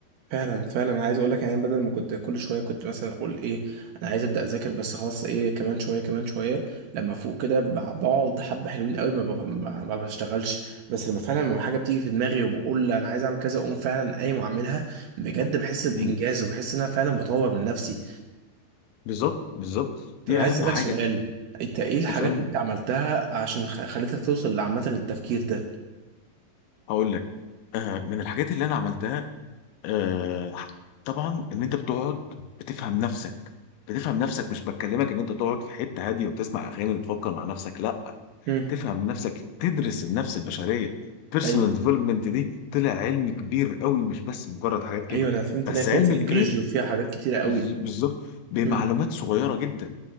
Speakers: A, on the right; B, on the left.
A: فعلا فعلا أنا عايز اقول لك يعني بدل ما كنت كل شويه كنت مثلا اقول ايه انا عايز ابدا اذاكر بس خلاص ايه كمان شويه كمان شويه لما فوق كده بع- بقعد حبه حلوين قوي ما, بف- ما ما بشتغلش بس لما فعلا لما حاجه بتيجي في دماغي وبقول انا عايز اعمل كذا اقوم فعلا قايم واعملها بجد بحس بانجاز
B: مم.
A: وبحس ان انا فعلا بطور من نفسي
B: بالظبط بالظبط
A: طب
B: دي
A: عايز
B: اهم
A: اسالك
B: حاجه
A: سؤال انت ايه الحاجات
B: اسالني
A: اللي انت عملتها عشان خ- خلتك توصل لعامه للتفكير ده
B: هقول لك آه من الحاجات اللي انا عملتها آه، طبعا ان انت بتقعد بتفهم نفسك بتفهم نفسك مش بكلمك ان انت تقعد في حته هاديه وتسمع اغاني وتفكر مع نفسك لا
A: امم
B: تفهم نفسك تدرس النفس البشريه بيرسونال
A: ايوه
B: ديفلوبمنت دي طلع علم كبير قوي مش بس مجرد حاجات كده
A: ايوه انا فهمت
B: بس
A: ان هي فيها
B: علم
A: سيكولوجي
B: كبير
A: وفيها حاجات كتيره
B: بز-
A: قوي
B: بالظبط بمعلومات
A: امم
B: صغيره جدا